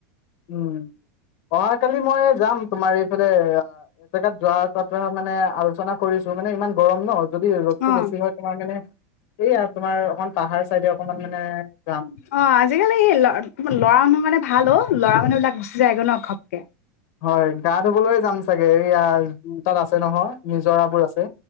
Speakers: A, on the left (about 45°); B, on the left (about 80°).
A: উম অহাকালি মই যাম তোমাৰ এই <unintelligible> এজেগাত যোৱা <unintelligible> মানে আলোচনা কৰিছো মানে ইমান গৰম ন। যদি ৰ'দটো
B: অ',
A: বেছি হয় তোমাৰ মানে এইয়া তোমাৰ <unintelligible> পাহাৰ চাইডে অকনমান মানে যাম।
B: অ', আজিকালি এই ল <unintelligible> ভাল। অ', ল'ৰা-মানুহবিলাক গুচি যায়গৈ ন', ঘপ কে
A: হয়, গা ধুবলৈ যাম চাগে। এইয়া তাত আছে নহয়, নিজৰাবোৰ আছে